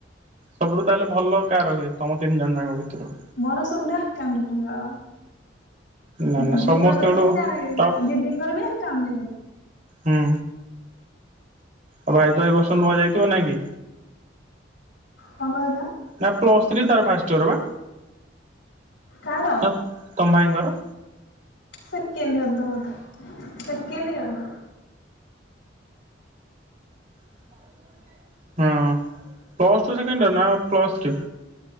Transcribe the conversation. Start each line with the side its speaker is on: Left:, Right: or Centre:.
Right: ସବୁଠୁ ତାହେଲେ ଭଲ କାର ହୁଏ ତମ ତିନି ଜଣ ଯାଙ୍କ ଭିତରୁ?
Left: ମୋର ସବୁଠୁ ଆକାଉଣ୍ଟ ଭଲ।
Right: ନା
Left: ଦିଦିଙ୍କର
Right: ନା ସମସ୍ତଙ୍କଠୁ
Left: ତ ମୁଁ ଜାଣିନି
Right: ଟପ୍
Left: ଦିଦିଙ୍କର ବି ଆକାଉଣ୍ଟ ଟା ବୋଧେ।
Right: ହୁଁ। ଆଉ ଭାଇ ତ ଏ ବର୍ଷ ନୂଆ ଯାଇଥିବ ନାଇଁ କି?
Left: କଣ କହିଲ
Right: ନା ପ୍ଲସ୍ ଥ୍ରୀ ତାର ଫାଷ୍ଟ ଇୟର ବା
Left: କାର
Right: ନା ତମ ଭାଇ ଙ୍କର।
Left: ସେକେଣ୍ଡ ୟିଅର ତ ବୋଧେ ସେକେଣ୍ଡ ୟିଅର।
Right: <unintelligible> ହଁ ପ୍ଲସ୍ ଟୁ ସେକେଣ୍ଡ ୟିଅର ନା plus three?